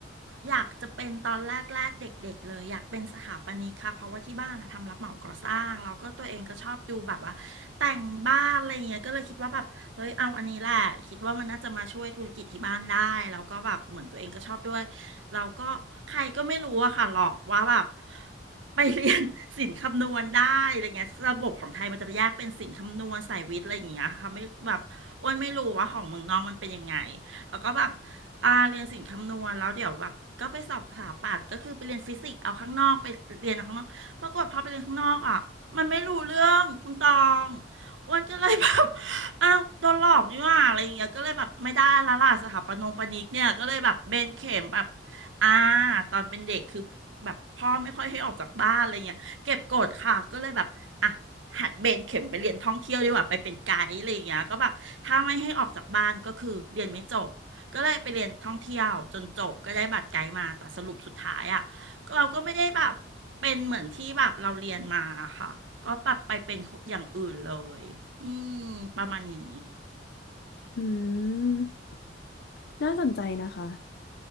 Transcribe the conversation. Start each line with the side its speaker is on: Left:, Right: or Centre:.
Right: อยากจะเป็นตอนแรกๆเด็กๆเลยอยากเป็นสถาปนิกค่ะเพราะว่าที่บ้านอะทำรับเหมาก่อสร้างแล้วก็ตัวเองก็ชอบดูแบบว่าแต่งบ้านอะไรเงี้ยก็เลยคิดว่าแบบเฮ้ยเอาอันนี้แหละคิดว่ามันน่าจะมาช่วยธุรกิจที่บ้านได้แล้วก็แบบเหมือนตัวเองก็ชอบด้วยแล้วก็ใครก็ไม่รู้อะค่ะหลอกว่าแบบไปเรียน <laughs> ศิลป์คำนวณได้อะไรเงี้ยระบบของไทยมันจะแยกเป็นศิลป์คำนวณสายวิทย์อะไรอย่างเงี้ยค่ะไม่แบบอ้วนไม่รู้ว่าของเมืองนอกมันเป็นยังไง แล้วก็แบบอ่าเรียนศิลป์คำนวณแล้วเดี๋ยวแบบก็ไปสอบสถาปัตย์ก็คือไปเรียนฟิสิกส์เอาข้างนอกไปเรียนเอาข้างนอกปรากฏพอไปเรียนข้างนอกอ่ะมันไม่รู้เรื่องคุณตองอ้วนก็เลยแบบ <laughs> อ้าวโดนหลอกนี่หว่าอะไรอย่างเงี้ยก็เลยแบบไม่ได้ละล่ะสถาปนงปนิกเนี่ยก็เลยแบบเบนเข็มแบบอ่า ตอนเป็นเด็กคือแบบพ่อไม่ค่อยให้ออกจากบ้านอะไรเงี้ยเก็บกดค่ะก็เลยแบบอ่ะ หัดเบนเข็มไปเรียนท่องเที่ยวดีกว่าไปเป็นไกด์อะไรอย่างเงี้ยก็แบบถ้าไม่ให้ออกจากบ้านก็คือเรียนไม่จบก็เลยไปเรียนท่องเที่ยวจนจบก็ได้บัตรไกด์มาแต่สรุปสุดท้ายอ่ะก็เราก็ไม่ได้แบบเป็นเหมือนที่แบบเราเรียนมาค่ะก็ปับไปเป็นอย่างอื่นเลยอืมประมาณนี้
Left: อืมน่าสนใจนะคะ